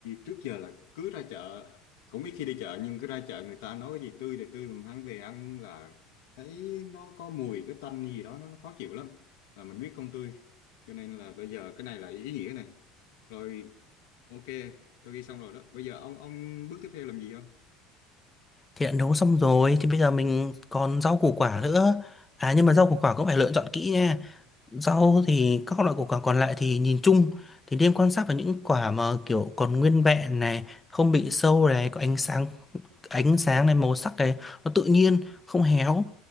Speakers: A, on the left; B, on the left.
A: trước giờ là cứ ra chợ cũng ít khi đi chợ nhưng cứ ra chợ người ta nói cái gì tươi thì tươi mình mang về ăn là thấy nó có mùi cái tanh gì đó nó, nó khó chịu lắm là mình biết không tươi cho nên là bây giờ cái này là ý nghĩa này rồi ok tôi ghi xong rồi đó bây giờ ông ông bước tiếp theo làm gì không
B: Thì đã nấu xong rồi thì bây giờ mình còn rau củ quả nữa. À nhưng mà rau củ quả cũng phải lựa chọn kỹ nha. Rau thì các loại củ quả còn lại thì nhìn chung thì nên quan sát vào những quả mà kiểu còn nguyên vẹn này, không bị sâu này, có ánh sáng ánh sáng này, màu sắc này, nó tự nhiên, không héo.